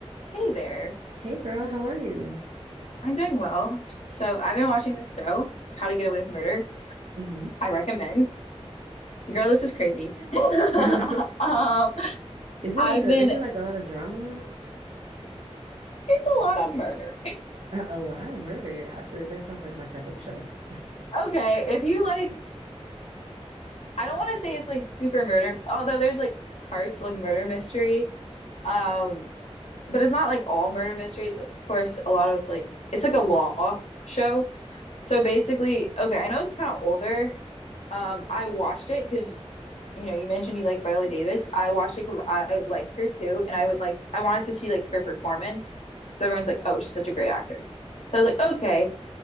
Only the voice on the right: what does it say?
Hey girl, how are you?
hmm
<laughs>
Is it
like a
is it like a lot of drama?
A, a lot of murder. I- uh, that sounds like my type of show. <laughs> I